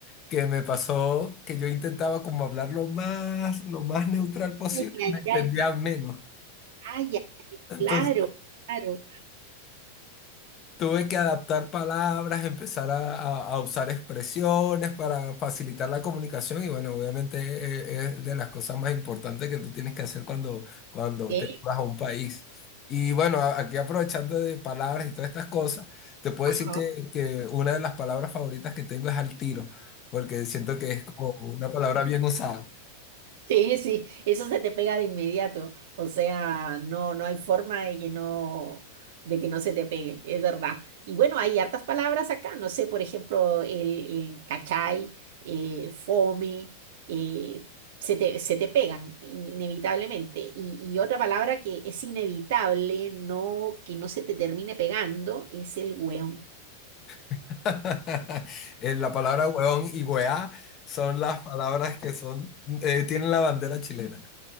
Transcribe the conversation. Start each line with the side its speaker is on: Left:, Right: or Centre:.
Left: que me pasó que yo intentaba como hablar lo más, lo más neutral posible
Right: ay,
Left: y me entendían
Right: ay.
Left: menos.
Right: Ay, ay,
Left: <laughs> Entonces,
Right: claro, claro.
Left: Tuve que adaptar palabras, empezar a, a- a usar expresiones para facilitar la comunicación y bueno, obviamente eh, es de las cosas más importantes que tú tienes que hacer cuando, cuando
Right: Ok.
Left: te vas a un país. Y bueno, a- aquí aprovechando de palabras y todas estas cosas, te puedo
Right: Ajá.
Left: decir que, que una de las palabras favoritas que tengo es al tiro, porque siento que es como una palabra bien usada.
Right: Sí, sí, eso se te pega de inmediato. O sea, no, no hay forma de que no, de que no se te pegue, es verdad. Y bueno, hay hartas palabras acá, no sé, por ejemplo, el, el cachai, eh, fome, eh, se te, se te pegan in- inevitablemente. Y, y otra palabra que es inevitable, no, que no se te termine pegando, es el weón.
Left: <laughs> Eh, La palabra huevón y weá son las palabras que son, eh, tienen la bandera chilena.